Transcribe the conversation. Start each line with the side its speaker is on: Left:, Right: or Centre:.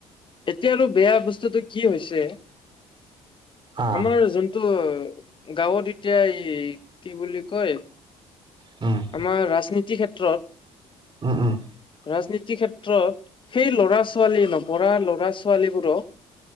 Left: এতিয়া আৰু বেয়া বস্তুটো কি হৈছে
Right: অ
Left: আমাৰ যোনটো গাঁৱত এতিয়া এই কি বুলি কয়
Right: উম
Left: আমাৰ ৰাজনীতিৰ ক্ষেত্ৰত
Right: উম উম
Left: ৰাজনীতিৰ ক্ষেত্ৰত সেই ল'ৰা -ছোৱালী নপঢ়া ল'ৰা- ছোৱালীবোৰক